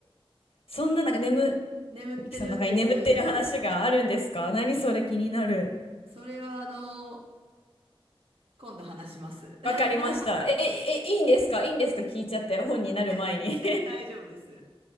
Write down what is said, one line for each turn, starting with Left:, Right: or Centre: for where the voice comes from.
Left: そんななんか眠
Right: 眠ってるんです。
Left: ミキさんの中に眠っている話があるんですか何それ気になる。
Right: それはあの、今度話します。
Left: わかりました。
Right: <laughs>
Left: え、え、え、いいんですかいいんですか聞いちゃって、本になる前に
Right: 全然大丈夫です。